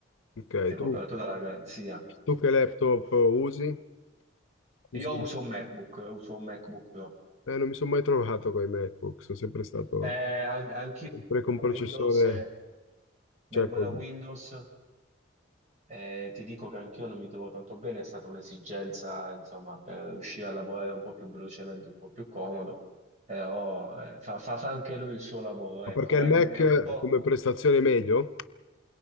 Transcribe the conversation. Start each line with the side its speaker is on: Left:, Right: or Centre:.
Left: Ok,
Right: sei coperto
Left: Tu,
Right: dalla garanzia.
Left: tu che laptop usi? Usi
Right: Io
Left: un-
Right: uso un MacBook, uso un MacBook Pro.
Left: Eh, non mi sono mai trovato con i MacBook, sono sempre stato
Right: Eh, an- anch'io
Left: sempre con
Right: Windows,
Left: processore,
Right: eh, vengo
Left: cioè con-
Right: da Windows e ti dico che anch'io non mi trovo tanto bene, è stata un'esigenza, insomma, per riuscire a lavorare un po' più velocemente, un po' più comodo, però eh, fa, fa fa anche lui il suo lavoro,
Left: Ma
Right: ecco,
Left: perché il
Right: è,
Left: Mac
Right: è un
Left: eh,
Right: po'...
Left: come prestazione è meglio?